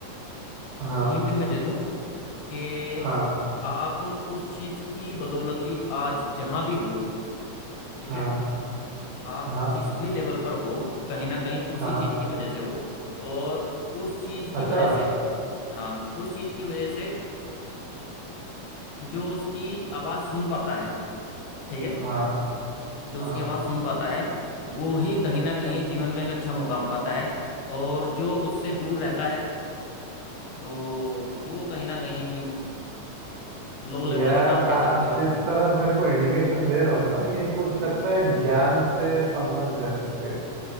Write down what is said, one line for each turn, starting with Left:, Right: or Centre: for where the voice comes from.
Right: हाँ
Left: हिंट मैं दे दूं कि
Right: हाँ
Left: आप उस चीज की बदौलत ही आज जहां भी हो ठीक
Right: हाँ
Left: है आप
Right: हाँ
Left: जिस भी लेवल पर हो कहीं ना कहीं उसी
Right: हाँ
Left: चीज की वजह से हो और उस चीज की
Right: अच्छा
Left: वजह से हाँ उस चीज की वजह से जो उसकी आवाज सुन पाता है ठीक है
Right: हाँ
Left: जो
Right: हाँ
Left: उसकी आवाज सुन पाता है वो ही कहीं ना कहीं जीवन में एक अच्छा मुकाम पाता है और जो उससे दूर रहता है तो वो कहीं ना कहीं लो लेवल
Right: यार
Left: के काम कह
Right: आप
Left: सकते हो आप
Right: जिस
Left: ये
Right: तरफ मेरे को इंडिकेशन दे रहे हो ना ये कुछ
Left: हम्म
Right: लगता है ज्ञान से संबंध है इसके